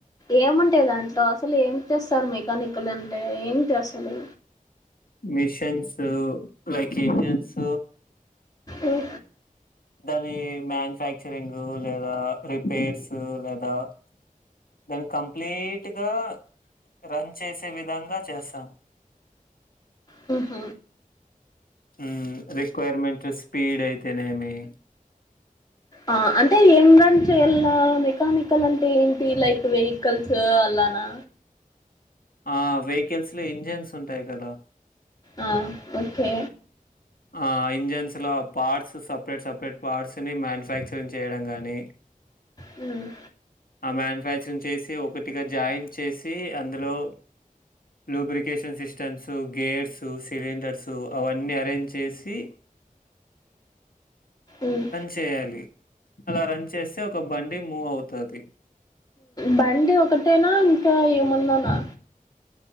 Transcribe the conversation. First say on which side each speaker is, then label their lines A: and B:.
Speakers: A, on the left; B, on the left.
A: ఏముంటాయ్ దాంట్లో అసలు ఏమి చేస్తారు మెకానిక్లు అంటే ఏమిటి అసలు.
B: Machines like engines.
A: ఏఓ
B: దాని మ్యానుఫ్యాక్చరింగ్ లేదా రిపేర్స్ లేదా. దన్ కంప్లీట్ గా రన్ చేసే విధంగా చేస్తాం.
A: హహ.
B: ఉ రిక్వైర్మెంట్ స్పీడ్ అయితేనేమి.
A: ఆ అంటే ఏం రన్ చేయాల మెకానికల్ అంటే ఏంటి లైక్ వెహికల్స్ అలానా.
B: ఆ వెహికల్స్ లో ఇంజన్స్ ఉంటాయి కదా.
A: అ ఓకే.
B: ఆ ఇంజన్స్ లో ఆ పార్ట్స్ సపరేట్ సపరేట్ పార్ట్స్ ని మ్యానుఫ్యాక్చరింగ్ చేయడం గాని
A: ఉ.
B: ఆ మ్యానుఫ్యాక్చరింగ్ చేసి ఒకటిగా జాయింట్ చేసి అందులో. లూబ్రికేషన్ సిస్టమ్స్ గేర్సు సివిండర్సు అవన్నీ అరేంజ్ చెస్. చేసి.
A: ఉమ్
B: చేయాలి అలా రన్ చేస్తే ఒక బండి మూవ్ అవుతాది.
A: బండి ఒకటేనా ఇంకా ఏమన్నానా.